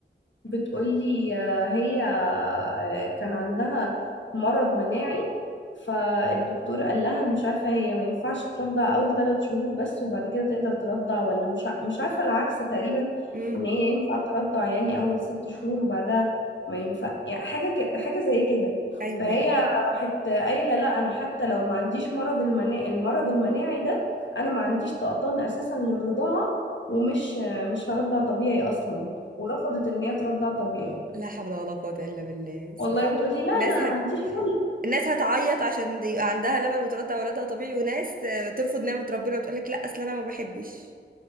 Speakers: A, on the left; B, on the right.
A: بتقولي آه، هي آه، كان عندها مرض مناعي فالدكتور قال لها مش عارفة هي ما ينفعش ترضع أول ثلاث شهور بس وبعد كده تقدر ترضع ولا مش ع- مش عارفة العكس تقريبا
B: امم
A: إن هي ينفع ترضع يعني أول ست شهور وبعدها ما ينفع يعني حاجة ك... حاجة زي كده
B: ايوه
A: فهي
B: أيوة.
A: راحت قايلة لا أنا حتى لو ما عنديش مرض المنا... المرض المناعي ده أنا ما عنديش طقطان أساسا للرضاعة ومش مش هرضع طبيعي أصلا ورفضت ان هي ترضع طبيعي
B: لا حول ولا قوة الا بالله سبحان
A: والله بتقولي
B: الله
A: لا انا
B: ناس هت...
A: ما عنديش خلق
B: الناس هتعيط عشان يبقى عندها لبن وترضع ولادها طبيعي وناس آه، ترفض نعمة ربنا وتقول لك لا اصل انا ما بحبش